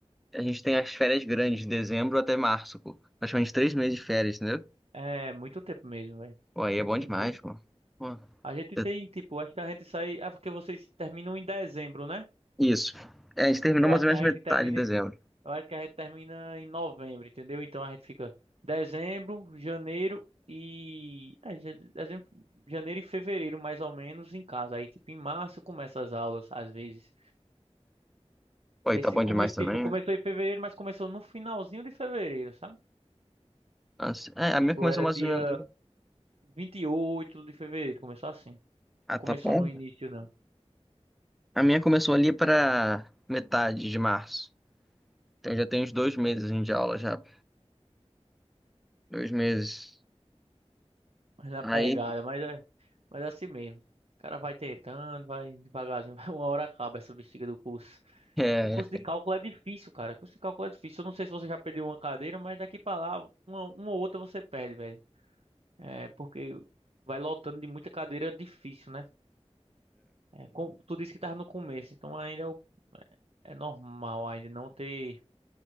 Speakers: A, in the centre; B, on the right.
A: a gente tem as férias grandes de dezembro até março, pô. Praticamente três meses de férias, entendeu?
B: É muito tempo mesmo, velho.
A: Pô, aí
B: <laughs>
A: é bom demais, pô. Pô,
B: A gente
A: é-
B: tem, tipo, acho que a gente sai. Ah, porque vocês terminam em dezembro, né?
A: Isso. É, a gente terminou
B: Eu
A: mais
B: acho
A: ou
B: que
A: menos
B: a
A: metade
B: gente termina.
A: de dezembro.
B: Eu acho que a gente termina em novembro, entendeu? Então a gente fica dezembro, janeiro e. é, ja- dezembro, janeiro e fevereiro, mais ou menos, em casa. Aí, tipo, em março começa as aulas, às vezes.
A: Pô, aí
B: Esse
A: tá bom
B: começo,
A: demais também.
B: tipo, começou
A: né?
B: em fevereiro, mas começou no finalzinho de fevereiro, sabe?
A: Nossa, é, a
B: Tipo,
A: minha começou
B: era
A: mais
B: dia
A: ou menos.
B: 28 de fevereiro, começou assim.
A: Ah,
B: Não começou
A: tá bom?
B: no início, não.
A: A minha começou ali pra metade de março. Então já tem uns dois meses assim, de aula já. Dois meses.
B: Mas na
A: Aí.
B: pegada, mas é, mas é assim mesmo. O cara vai tentando, vai devagarzinho. <laughs> Uma hora acaba essa bexiga do curso.
A: É.
B: Porque curso de
A: É.
B: cálculo é difícil, cara. Curso de cálculo é difícil. Eu não sei se você já perdeu uma cadeira, mas daqui pra lá, uma, uma ou outra você perde, velho. É, porque vai lotando de muita cadeira difícil, né? É, com- tu disse que tava no começo, então ainda é, o- é normal ainda não ter,